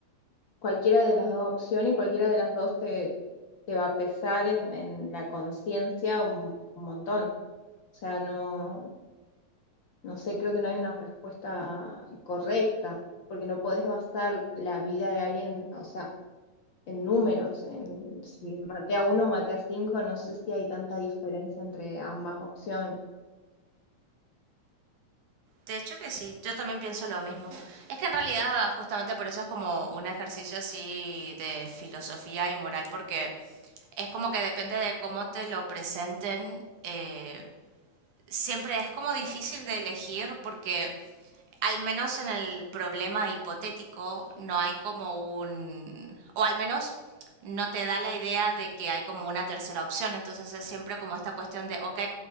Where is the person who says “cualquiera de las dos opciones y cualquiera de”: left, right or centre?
Left